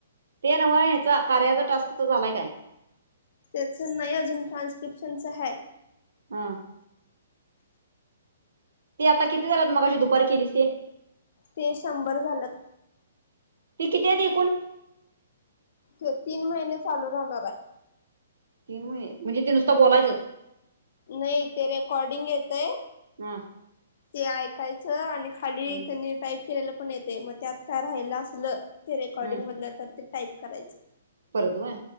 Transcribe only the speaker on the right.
तेनव ह्याचा कार्याचा टास्कचा झालाय काय.
हम ते आता किती झालात मगाशी दुपार केलीस ते.
ते किती आहे एकूण.
तीन महि म्हणजे ती नुसता बोलायचंच.
हा
हम्म.
हम्म
परत व्हय